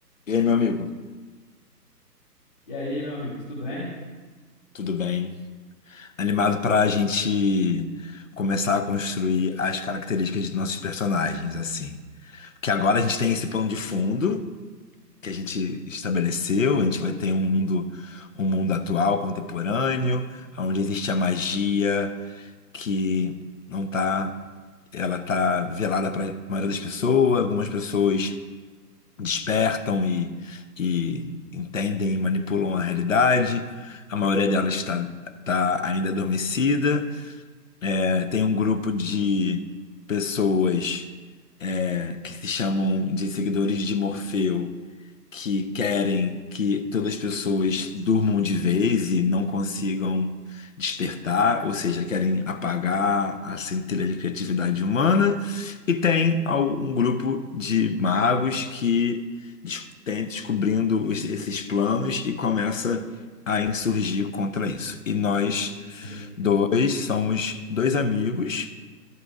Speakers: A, on the left; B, on the left.
A: E aí, meu amigo,
B: E aí, meu amigo, tudo bem?
A: tudo bem? Animado para a gente começar a construir as características de nossos personagens, assim. Porque agora a gente tem esse plano
B: Cara,
A: de fundo que a gente estabeleceu, a gente vai ter um mundo, um mundo atual, contemporâneo, onde existe a magia que não tá, ela tá velada para a maioria das pessoas, algumas pessoas despertam e, e entendem e manipulam a realidade. A maioria delas está tá ainda adormecida. É, tem um grupo de pessoas é, que se chamam de seguidores de Morfeu que querem que todas as pessoas durmam de vez e não consigam despertar, ou seja, querem apagar a centelha de criatividade humana, e tem al- um grupo de magos que des- tem descobrindo os- esses planos e começa a insurgir contra isso. E nós
B: sim.
A: dois somos dois amigos